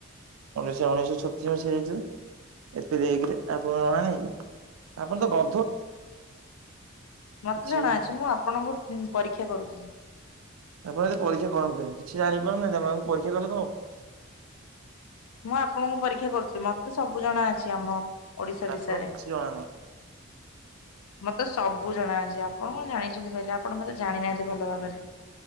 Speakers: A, on the right; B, on the left.
A: ଉନେଈଶ ଉଣେଇଶ ଛତିଶ ମସିହାରେ ହେଇଥିଲା। ଏପ୍ରିଲ ଏକରେ ଆପଣଙ୍କୁ ଜଣା ନାହିଁ କି ଆପଣ ତ ଗ
B: ମତେ
A: କିଛି
B: ଜଣା
A: ବି।
B: ଅଛି ମୁଁ ଆପଣଙ୍କୁ ଉ ପରୀକ୍ଷା କରୁଥିଲି।
A: ଆପଣ ଏତେ ପରୀକ୍ଷା କରନ୍ତୁନି କିଛି ଜାଣିପାରୁନାହାନ୍ତି ଆପଣ ଖାଲି ପରୀକ୍ଷା କଲେ କଣ ହବ?
B: ମୁଁ ଆପଣଙ୍କୁ ପରୀକ୍ଷା କରୁଥିଲି ମତେ ସବୁ ଜଣା ଅଛି ଆମ ଓଡିଶା
A: ଆପଣଙ୍କୁ
B: ବିଷୟରେ।
A: କିଛି ଜଣା ନାହିଁ।
B: ମତେ ସବୁ ଜଣା ଅଛି ଆପଣ କଣ ଜାଣିଛନ୍ତି କହିଲେ ଆପଣ ମତେ ଜାଣିନାହାନ୍ତି ଭଲ ଭାବରେ।